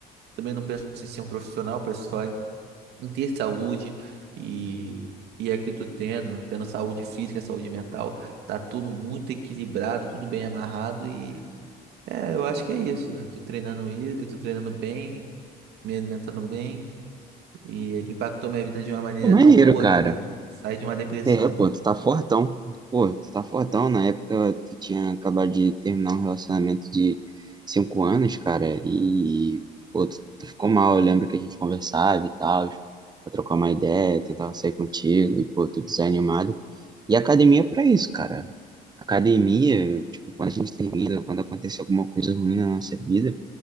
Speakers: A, on the right (about 80°); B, on the right (about 25°).
A: também não penso em ser um profissional, penso só em ter saúde e, e é que eu tô tendo, tendo saúde física, saúde mental, tá tudo muito equilibrado, tudo bem amarrado e é, eu acho que é isso. Eu tô treinando isso, eu tô treinando bem, me alimentando bem e impactou minha vida de uma maneira
B: Pô, maneiro,
A: tão boa,
B: cara.
A: né, cara? Saí de uma depressão.
B: É, pô, tu tá fortão. Pô, tu tá fortão. Na época, tu tinha acabado de terminar um relacionamento de cinco anos, cara, e, pô, tu, tu ficou mal. Eu lembro que a gente conversava e tal, pra trocar uma ideia, tentava sair contigo, e, pô, tu desanimado. E a academia é pra isso, cara. Academia, tipo, quando a gente termina, quando acontece alguma coisa ruim na nossa vida,